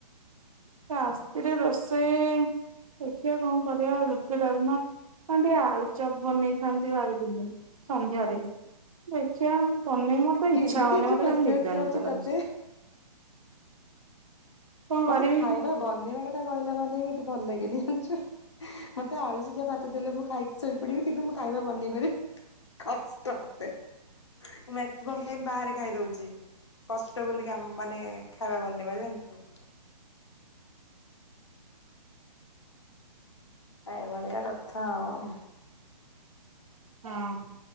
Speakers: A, on the right; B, on the left.
A: ରାତିରେ ରୋଷେଇ ଦେଖିବା କଣ କରିବା ରୁଟି, ଡାଲମା। ହଁ ଟିକେ ଆଳୁଚପ୍ ବନେଇଥାନ୍ତି ଭାବିଥିଲି ସନ୍ଧ୍ୟାରେ। ଦେଖିବା ବନେଇବାକୁ
B: କେମିତି
A: ଇଚ୍ଛା ହଉନି,
B: ଏତେ
A: ମତେ
B: ପେସେନ୍ସ
A: ଖାଲି ନିଦୁଆ
B: ହଉଛି
A: ନିଦୁଆ ଲାଗୁଛି।
B: ତତେ?
A: କଣ
B: ମତେ
A: କରିବି
B: ଖାଇବା ବନେଇବା କଥା କହିଲା ମାନେ ବି ମତେ ଭଲ ଲାଗେନି ଜାଣିଛ। ମତେ ଆଳୁ ସିଜା ଭାତ ଦେଲେ ମୁଁ ଖାଇକି ଶୋଇ ପଡିବି କିନ୍ତୁ ମୁଁ ଖାଇବା ବନେଇ ପାରି କଷ୍ଟ ମତେ ମ୍ୟାକ୍ସିମମ୍ ଟାଇମ୍ ବାହାରେ ଖାଇ ଦଉଛି କଷ୍ଟ ବୋଲିକା ମାନେ ଖାଇବା ବନେଇବା ଜାଣିଛୁ। ଏ ଭଳିିଆ କଥା ଆଉ।
A: ହଁ।